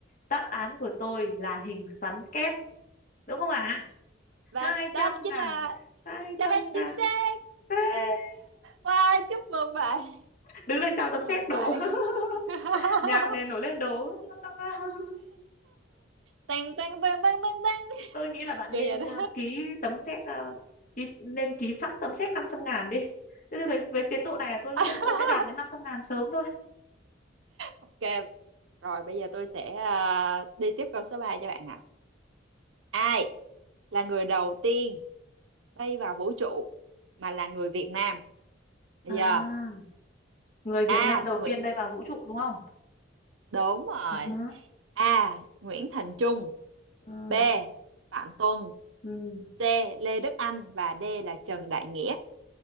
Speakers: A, on the left; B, on the right.
A: đáp án của tôi là hình xoắn kép đúng không ạ
B: Và
A: hai
B: đó
A: trăm
B: chính
A: ngàn
B: là
A: hai
B: đáp
A: trăm
B: án
A: ngàn
B: chính xác.
A: <laughs>
B: Wow, chúc mừng bạn.
A: đứng lên chào
B: Chúc
A: tấm
B: mừng
A: séc đồ
B: bạn. <laughs>
A: <laughs> nhạc nền nổi lên đồ <laughs>
B: Tăng tăng tăng tăng tăng tăng.
A: tôi nghĩ là bạn
B: Kiểu
A: nên
B: vậy đó.
A: ờ, ký tấm séc ờ, ký, nên ký sẵn tấm séc năm trăm ngàn đi thế thì với, với tiến độ này là tôi nghĩ
B: <laughs>
A: là tôi sẽ đạt đến năm trăm ngàn sớm thôi
B: Ok, rồi bây giờ tôi sẽ à, đi tiếp câu số 3 cho bạn nè. Ai là người đầu tiên bay vào vũ trụ mà là người Việt Nam? Bây
A: à
B: giờ
A: người Việt
B: A.
A: Nam đầu
B: Nguyễn
A: tiên bay vào vũ trụ đúng không
B: Đúng rồi.
A: ừ, hứ,
B: A. Nguyễn Thành Trung
A: ừ,
B: B. Phạm Tuân
A: ừ.
B: C. Lê Đức Anh và D là Trần Đại Nghĩa